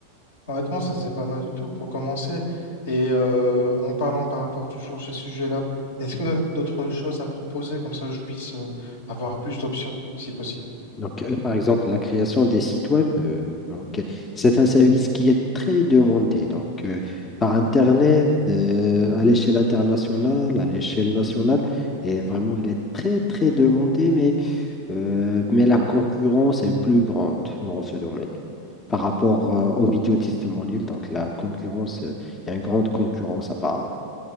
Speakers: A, on the left (about 60°); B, on the left (about 20°).
A: Honnêtement, ça c'est pas mal du tout pour commencer. Et euh, en parlant par rapport toujours à ces sujets-là, est-ce que tu as d'autres choses à proposer comme ça je puisse euh, avoir plus d'options si possible?
B: Donc, euh, par exemple, la création des sites web, euh, donc, euh, c'est un service qui est très demandé. Donc, euh, par Internet, euh, à l'échelle internationale, à l'échelle nationale, et vraiment, il est très, très demandé, mais Euh, mais la concurrence est plus grande dans ce domaine par rapport euh, aux vidéos testimoniales. Donc, la concurrence, euh, il y a une grande concurrence apparemment.